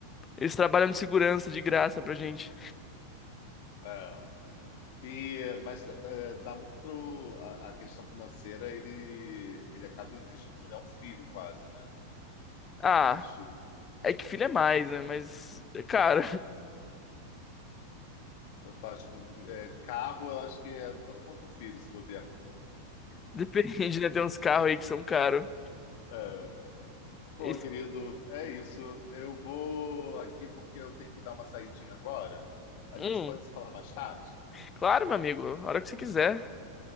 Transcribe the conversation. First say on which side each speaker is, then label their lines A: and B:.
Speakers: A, on the left; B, on the left.
A: Eles trabalham de segurança de graça pra gente.
B: É. E, mas eh, dá muito a, a questão financeira, ele, ele acaba exigindo, mulher um filho quase, né?
A: Ah.
B: Isso.
A: É que filho é mais, né? Mas é caro.
B: É.
A: <laughs>
B: Eu faço, tipo, eh, carro, eu acho que é tanto quanto um filho, se bobear.
A: Depende, né? Tem uns carros aí que são caros.
B: É. Pô,
A: Esse-
B: querido, é isso. Eu vou aqui porque eu tenho que dar uma saidinha agora. A
A: Hum,
B: gente pode se falar mais tarde?
A: claro, meu amigo. A hora que você quiser.